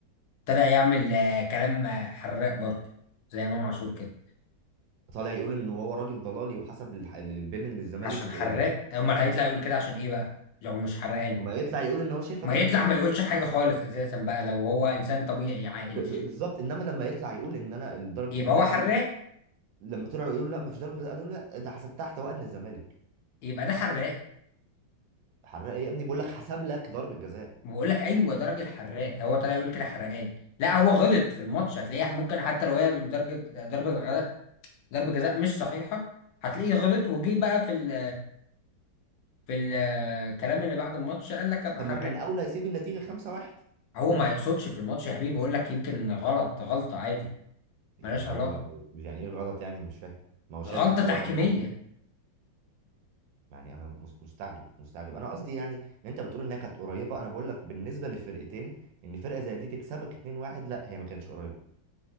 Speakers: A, on the left; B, on the right.
A: طلع يعمل آه، كلام آه، حراق برضه زي امام عاشور كده
B: طالع يقول إن هو راجل ضلالي وحسب الح- البيلن للزمالك
A: عشان حراق
B: آه،
A: امال هيطلع يقول كده عشان ايه بقى لو مش حرقان
B: ما يطلع يقول إن هو شايفها
A: ما
B: ضربة
A: يطلع
B: جزاء
A: ما يقولش حاجة خالص اساسا بقى لو هو انسان طبيعي عاقل
B: ب- ب- بالظبط انما لما يطلع يقول ان انا ضربه
A: يبقى
B: الجزاء
A: هو حراق
B: دي لما طلعوا يقولوا لا مفيش ضربه جزاء قالوا لا ده حسبتها احتواء ان الزمالك
A: يبقى ده حراق
B: حرق ايه يا ابني بقول لك حسب لك ضربه جزاء
A: ما بقول لك ايوه ده راجل حراق هو طلع يقول كده حرقان لا هو غلط في الماتش هتلاقيه ممكن حتى لو هي بدرجه ضربه غ- ضربه جزاء مش صحيحه هتلاقيه غلط وجي بقى في ال في الكلام اللي بعد الماتش قال لك ابقى
B: طب
A: حراق
B: ما كان اولى يسيب النتيجه 5-1
A: هو ما يقصدش في الماتش يا حبيبي بقول لك يمكن غلط غلطه عادي
B: يعني
A: ملهاش علاقه
B: هو يعني ايه غلط يعني مش فاهم ما هو شايف
A: غلطه
B: الكوره
A: تحكيميه
B: وعجبه يعني انا مس- مستعجب مستعجب انا قصدي يعني ان انت بتقول انها كانت قريبه انا بقول لك بالنسبه للفرقتين ان فرقه زي دي تكسبك 2-1 لا هي ما كانتش قريبه